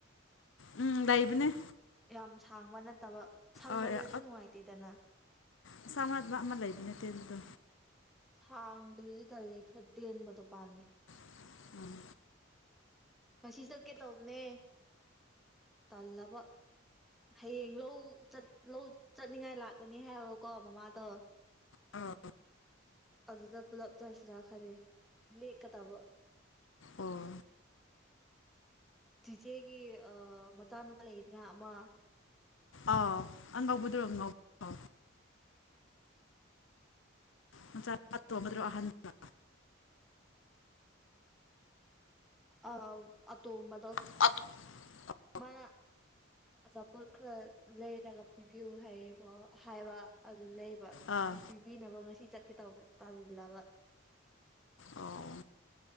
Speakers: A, on the left; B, in the centre.
A: ꯎꯝ ꯂꯩꯏꯕꯅꯦ
B: ꯌꯥꯝ ꯁꯥꯡꯕ ꯅꯠꯇꯕ ꯁꯥꯡꯃꯜꯂꯗꯤ
A: ꯑꫭꯏ
B: ꯅꯨꯡꯉꯥꯏꯇꯦꯗꯅ
A: ꯑꯁꯥꯡꯕ ꯅꯠꯇꯕ ꯑꯃ ꯂꯩꯕꯅꯦ ꯇꯦꯟꯕꯗꯣ
B: ꯁꯥꯡꯕꯗꯨꯗꯤ ꯇꯜꯂꯦ ꯈꯔ ꯇꯦꯟꯕꯗꯣ ꯄꯥꯝꯃꯦ
A: ꯎꯝ
B: ꯉꯁꯤ ꯆꯠꯀꯦ ꯇꯧꯕꯅꯦ ꯇꯜꯂꯕ ꯍꯌꯦꯡ ꯂꯧ ꯆꯠ ꯂꯧ ꯆꯠꯅꯤꯡꯉꯥꯏ ꯂꯥꯛꯀꯅꯤ ꯍꯥꯏꯕꯀꯣ ꯃꯃꯥꯗꯣ
A: ꯑꯥ
B: ꯑꯗꯨꯗ ꯄꯨꯂꯞ ꯆꯠꯁꯤꯔ ꯈꯜꯂꯤ ꯂꯦꯛꯀꯗꯕ
A: ꯑꯣ
B: ꯆꯤꯆꯦꯒꯤ ꯃꯆꯥ ꯅꯨꯄꯥ ꯂꯩꯗꯅ ꯑꯃ
A: ꯑꯥꯎ ꯑꯅꯧꯕꯗꯨꯔꯣ ꯉꯧꯕꯗꯨ ꯃꯆꯥ ꯅꯨꯄꯥ ꯑꯇꯣꯝꯕꯗꯨꯔꯣ ꯑꯍꯟꯗꯨꯔꯣ
B: ꯑꯧ ꯑꯇꯣꯝꯕꯗꯨ
A: <unintelligible>
B: ꯃꯥꯅ ꯑꯆꯥꯄꯣꯠ ꯈꯔ ꯂꯩꯔꯒ ꯄꯤꯕꯤꯌꯨ ꯍꯥꯏꯌꯦꯀꯣ ꯍꯥꯏꯕ ꯑꯗꯨ ꯂꯩꯕ
A: ꯑꯥ
B: ꯑꯗꯨ ꯄꯤꯕꯤꯅꯕ ꯉꯁꯤ ꯆꯠꯀꯦ ꯇꯧꯕ ꯇꯜꯂꯕ
A: ꯑꯣ